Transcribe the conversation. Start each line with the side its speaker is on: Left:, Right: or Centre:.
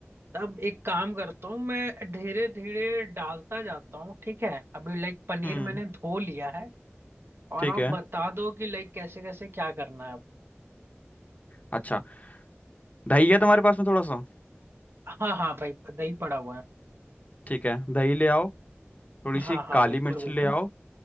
Right: अब एक काम करता हूँ मैं धीरे धीरे डालता जाता हूँ ठीक है अभी लाइक पनीर
Left: हम्म
Right: मैंने धो लिया है और
Left: ठीक
Right: आप
Left: है
Right: बता दो कि लाइक कैसे कैसे क्या करना है अब
Left: अच्छा दही है तुम्हारे पास में थोड़ा सा
Right: हाँ हाँ भाई दही पड़ा हुआ है
Left: ठीक है दही ले आओ थोड़ी
Right: हाँ
Left: सी
Right: हाँ
Left: काली
Right: बिल्कुल
Left: मिर्च
Right: बिल्कुल
Left: ले आओ